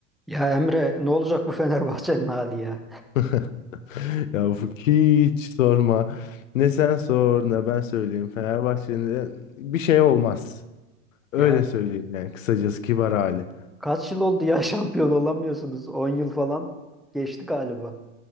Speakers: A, in the centre; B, on the left (about 80°).
A: Ya Emre ne olacak bu Fenerbahçe'nin hali ya?
B: <laughs> Ya Ufuk hiç sorma. Ne sen sor ne ben söyleyeyim. Fenerbahçe'nin bir şey olmaz. Öyle
A: Ya
B: söyleyeyim yani kısacası kibar hali.
A: kaç yıl oldu ya <laughs> şampiyon olamıyorsunuz? 10 yıl falan geçti galiba.